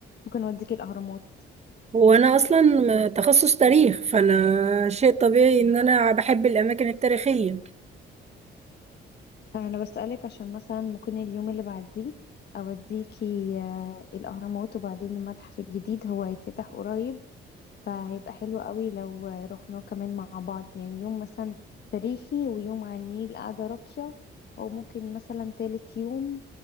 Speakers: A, on the left (about 55°); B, on the right (about 35°).
A: ممكن اوديكي الاهرامات
B: هو انا اصلا م- تخصص تاريخ فانا شيء طبيعي ان انا بحب الاماكن التاريخيه
A: انا بسألك عشان مثلا ممكن اليوم اللي بعديه اوديكي آه، الاهرامات وبعدين المتحف الجديد هو هيتفتح قريب فهيبقى حلو قوي لو آه، رحنا كمان مع بعض يعني يوم مثلا تاريخي ويوم على النيل قاعدة راقية او ممكن مثلا تالت يوم